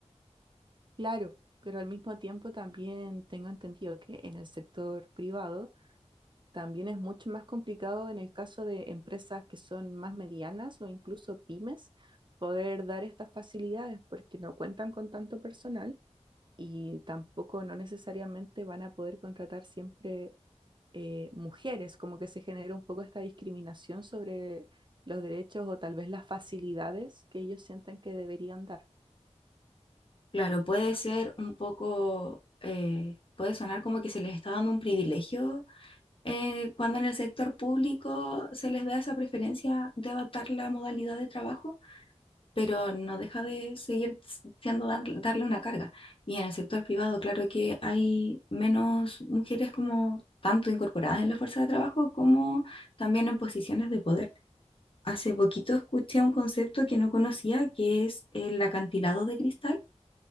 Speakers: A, on the right; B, on the left.
A: Claro, pero al mismo tiempo también tengo entendido que en el sector privado también es mucho más complicado en el caso de empresas que son más medianas o incluso pymes poder dar estas facilidades porque no cuentan con tanto personal y tampoco no necesariamente van a poder contratar siempre eh, mujeres, como que se genera un poco esta discriminación sobre los derechos o tal vez las facilidades que ellos sienten que deberían dar.
B: Claro, puede ser un poco, eh, puede sonar como que se les está dando un privilegio eh, cuando en el sector público se les da esa preferencia de adaptar la modalidad de trabajo, pero no deja de seguir s- siendo dar- darle una carga. Y en el sector privado, claro que hay menos mujeres como tanto incorporadas en la fuerza de trabajo como también en posiciones de poder. Hace poquito escuché un concepto que no conocía, que es el acantilado de cristal